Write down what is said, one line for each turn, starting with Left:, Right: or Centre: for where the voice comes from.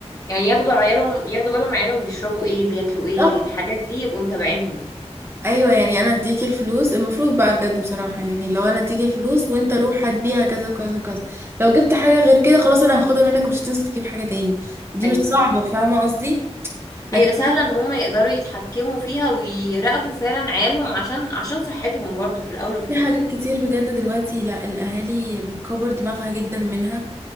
Left: يعني ياخدوا عيالهم ياخدوا بالهم عيالهم بيشربوا ايه بياكلوا ايه
Right: بالظبط
Left: الحاجات دي يبقوا متابعينهم
Right: ايوه يعني انا اديك الفلوس المفروض بقى بجد بصراحة يعني لو انا اديك الفلوس وانت روح هات بيها كذا وكذا وكذا لو جبت حاجة غير كده خلاص انا هاخدها منك ومش هتنسى تجيب حاجة تاني دي
Left: أيوة
Right: مش صعبة
Left: صح
Right: فاهمة قصدي لكن
Left: أيوة سهلة إن هم يقدروا يتحكموا فيها ويراقبوا فعلا عيالهم عشان عشان صحتهم برضو في الأول وفي
Right: في
Left: الآخر
Right: حاجات كتير بجد دلوقتي لا الاهالي بتكبر دماغها جدا منها